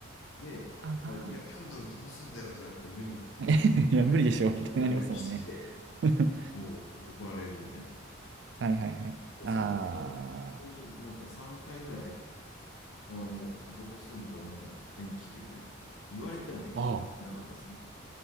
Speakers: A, on the left; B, on the right.
A: で、言われて、
B: ああ、
A: いや、キャンドル灯すんだよとか言って、無理、無
B: <laughs> いや、無理でしょ、みたいになりますもんね。
A: 理な言い訳して、
B: <laughs>
A: こう、怒られるみたい
B: はいはいはい。
A: な。
B: あ
A: それで、本当になんか3回ぐらいだからもう、タバコ吸うんだったらもう縁切るみたいな。言われても言ってなかったですね。
B: あ、あ